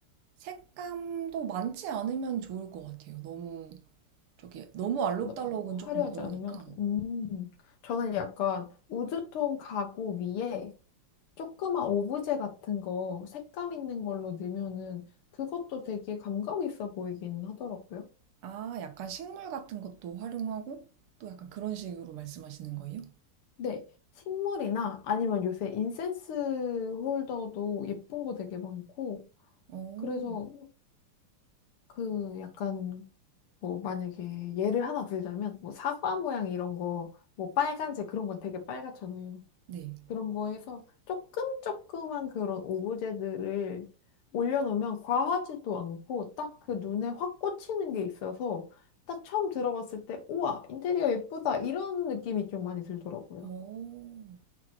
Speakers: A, on the right; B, on the left.
A: 색감도 많지 않으면 좋을 것 같아요. 너무 저기 너무 알록달록은
B: 너-
A: 조금
B: 화려하지
A: 그러니까
B: 않으면 음. 저는 약간 우드톤 가구 위에 조그만 오브제 같은 거 색감 있는 걸로 넣으면은 그것도 되게 감각 있어 보이긴 하더라고요.
A: 아 약간 식물 같은 것도 활용하고 또 약간 그런 식으로 말씀하시는 거예요?
B: 네. 식물이나 아니면 요새 인센스 홀더도 예쁜 거 되게 많고
A: 오,
B: 그래서 그 약간 뭐 만약에 예를 하나 들자면 뭐 사과 모양 이런 거 뭐 빨간색 그런 건 되게 빨갛잖아요.
A: 네.
B: 그런 거에서 조금 조그만 그런 오브제들을 올려놓으면 과하지도 않고 딱 그 눈에 확 꽂히는 게 있어서 딱 처음 들어봤을 때 우와 인테리어 예쁘다 이런 느낌이 좀 많이 들더라고요.
A: 오,